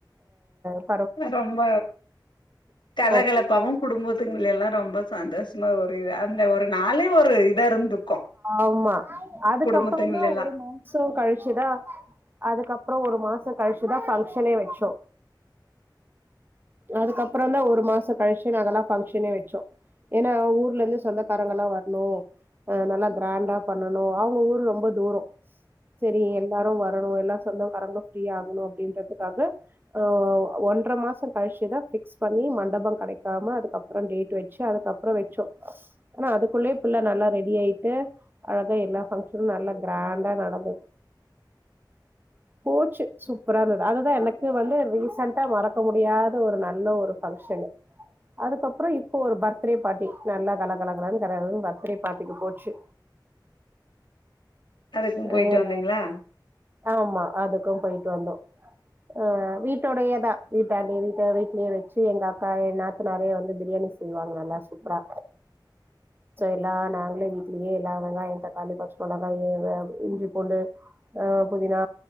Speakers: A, on the right; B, on the left.
A: ஆ
B: ரொம்ப கலகலப்பாவு
A: ஓகே
B: குடும்பத்துங்கல்லலா ரொம்ப சந்தோஷமா ஒரு இது அந்த ஒரு நாளே ஒரு இதா இருந்துக்கு
A: ஆமா அதுக்கப்பறோதா
B: குடும்பத்துங்கள எல்லா
A: ஒரு மா சோ கழிச்சுதா அதுக்கப்பற ஒரு மாசோ கழிச்சுதா பங்க்ஷனே வச்சோ அதுக்கப்பற தா ஒரு மாச கழிச்சு நாங்கெல்லா பங்க்ஷனே வச்சோ ஏன்னா ஊர்ல இருந்து சொந்தக்காரங்கள் எல்லா வர்ணு அ நல்லா கிராண்டா பண்ணனு அவுங்க ஊர் ரொம்ப தூரோ சரி எல்லாரு வரணு எல்லா சொந்தக்கரங்க ஃப்ரீ ஆகணு அப்டின்றதுக்காக ஆ ஒன்றர மாசம் கழிச்சுதா பிக்ஸ் பண்ணி மண்டபம் கெடைக்காம அதுக்கப் ப்றோ டேட் வச்சு அதுக்கப்பற வச்சோ ஆனா அதுக்குள்ளயே பிள்ள நல்லா ரெ டியாயிட்டு அழக எல்லா பக்க்ஷனு நல்ல கிராண்டா நடந்தது போச்சு சூப்பரா இருந்தது அதுதா எனக்கு வந்து ரீசன்டா மறக்க முடியாத ஒரு நல்ல ஒரு பக்க்ஷனு அதுக்கப்பற இப்ப ஒரு பர்த்டே பார்ட்டி நல்லா கல கல கலனு பர்த்டே பார்ட்டிக்கு போச்சு
B: அதுக்கும்
A: அ
B: போயிட்டு
A: எல்லா
B: வந்தீங்களா
A: ஆமா அதுக்கு போய்ட்டு வந்தோ ஆ வீட்டோடையே தா வீட்டாண்ட வீட்ட வீட்லேயே வச்சு எங்க அக்கா எ நாத்தநாரையு வந்து பிரியாணி செய்வாங்க நல்லா சூப்பரா எல்லா நாங்களே வீட்லயே எல்லா வெங்காயோ தக்காளி பச்ச மொளகா <unintelligible> இஞ்சி பூண்டு ஆ புதினா